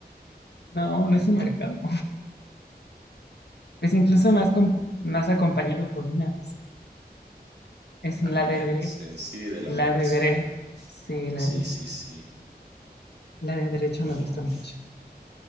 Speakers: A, on the left; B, on the right.
A: No, no es un mercado. Es incluso
B: Mm,
A: más, com- más acompañado por una. Es la
B: Ah,
A: de dere,
B: ya sé, sí, de la
A: la
B: universidad.
A: de dere. Sí, la
B: Sí,
A: de,
B: sí, sí.
A: la de derecho
B: Oh,
A: me gusta mucho.